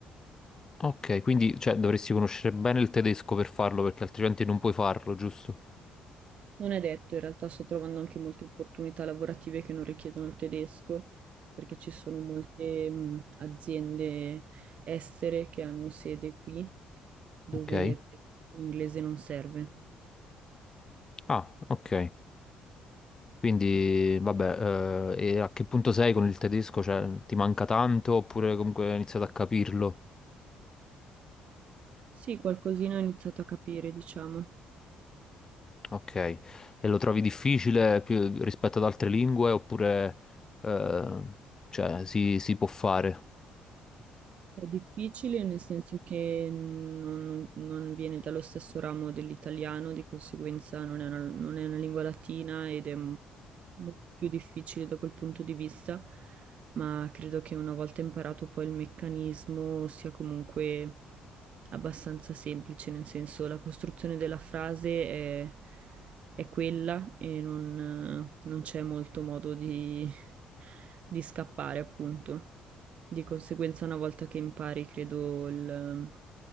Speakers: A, on the left; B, on the right.
A: ok, quindi cioè, dovresti conoscere bene il tedesco per farlo, perché altrimenti non puoi farlo, giusto?
B: Non è detto, in realtà sto trovando anche molte opportunità lavorative che non richiedono il tedesco, perché ci sono molte mh, aziende estere che hanno sede qui, dove
A: Ok.
B: l'inglese non serve.
A: Ah, ok. Quindi, vabbè, eh, e a che punto sei con il tedesco? Cioè, ti manca tanto oppure comunque hai iniziato a capirlo?
B: Sì, qualcosina ho iniziato a capire, diciamo.
A: Ok, e lo trovi difficile più rispetto ad altre lingue oppure, eh, cioè, si, si può fare?
B: È difficile nel senso che non, non viene dallo stesso ramo dell'italiano, di conseguenza non è una, non è una lingua latina ed è m- molto più difficile da quel punto di vista, ma credo che una volta imparato poi il meccanismo sia comunque abbastanza semplice, nel senso la costruzione della frase è, è quella e non, non c'è molto modo di, di scappare, appunto. Di conseguenza, una volta che impari, credo, il,